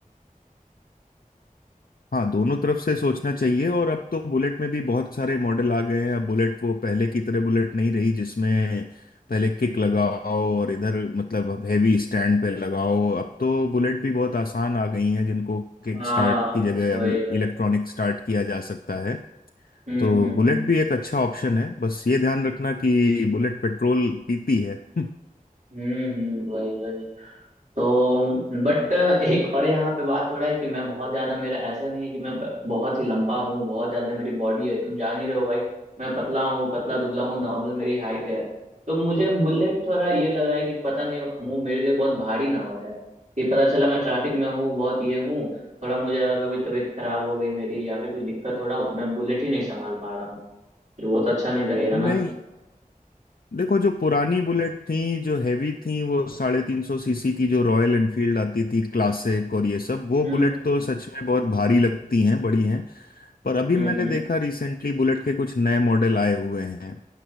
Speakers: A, on the left; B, on the right.
A: हाँ दोनों तरफ से सोचना चाहिए और अब तो बुलेट में भी बहुत सारे मॉडल आ गए हैं अब बुलेट वो पहले की तरह बुलेट नहीं रही जिसमें पहले किक लगाओ और इधर मतलब अब हैवी स्टैंड पे लगाओ अब तो बुलेट भी बहुत आसान आ गई हैं जिनको किक
B: हाँ
A: स्टार्ट की जगह
B: वही
A: अभी
B: वही
A: इलेक्ट्रॉनिक स्टार्ट किया जा सकता है
B: हम्म
A: तो
B: हम्म
A: बुलेट
B: हम्म
A: भी एक अच्छा ऑप्शन है बस ये ध्यान रखना कि बुलेट पेट्रोल पीती है <laughs>
B: हम्म हम्म, वही वही तो बट <laughs> एक और यहाँ पे बात हो रहा है कि मैं बहुत ज्यादा मेरा ऐसा नहीं है कि मैं ब- बहुत ही लंबा हूँ बहुत ज्यादा मेरी बॉडी है तुम जान ही रहे हो भाई मैं पतला हूँ पतला दुबला हूँ नॉर्मल मेरी हाइट है तो मुझे बुलेट थोड़ा ये लगा है कि पता नहीं वो मेरे लिए बहुत भारी ना हो जाए कि पता चला मैं ट्रैफिक में हूँ बहुत ये हूँ थोड़ा मुझे अगर कोई तबीयत खराब हो गई मेरी या फिर कुछ दिक्कत हो रहा हो तो मैं बुलेट ही नहीं संभाल पा रहा हूँ फिर वो तो अच्छा नहीं लगेगा ना
A: नहीं देखो जो पुरानी बुलेट थी जो हैवी थी वो साढ़े तीन सौ सीसी की जो रॉयल एनफील्ड आती थी क्लासिक और ये सब वो
B: हम्म
A: बुलेट
B: हम्म
A: तो
B: हम्म।
A: सच में बहुत भारी लगती हैं बड़ी हैं पर अभी
B: हम्म
A: मैंने
B: हम्म
A: देखा रिसेंटली बुलेट के कुछ नए मॉडल आए हुए हैं